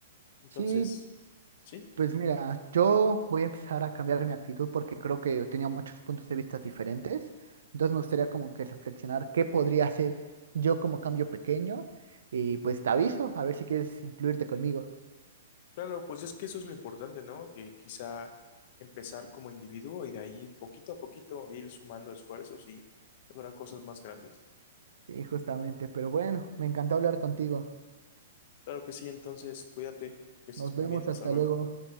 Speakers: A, on the left; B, on the right.
A: Entonces,
B: Sí,
A: sí.
B: Pues mira, yo voy a empezar a cambiar mi actitud porque creo que tenía muchos puntos de vista diferentes. Entonces me gustaría como que reflexionar qué podría hacer yo como cambio pequeño y pues te aviso a ver si quieres incluirte conmigo.
A: Claro, pues es que eso es lo importante, ¿no? Que quizá empezar como individuo y de ahí poquito a poquito ir sumando esfuerzos y lograr cosas más grandes.
B: Sí, justamente, pero bueno, me encantó hablar contigo.
A: Claro que sí, entonces cuídate, que estés
B: Nos vemos,
A: muy bien, hasta
B: hasta
A: luego.
B: luego.